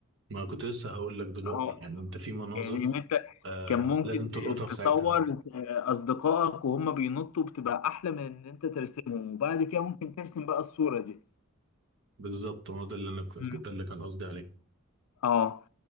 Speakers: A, on the right; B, on the left.
A: ما كنت لسه هقول لك دلوقتي
B: اه
A: يعني انت في مناظر
B: يعني ان انت
A: آه
B: كان ممكن
A: لازم تلقطها في ساعتها
B: تصور آه، اصدقائك وهم بينطوا بتبقى احلى من ان انت ترسمهم وبعد كده ممكن ترسم بقى الصورة دي
A: بالظبط هو ده اللي انا كنت-
B: مم.
A: ده اللي كان قصدي عليه
B: اه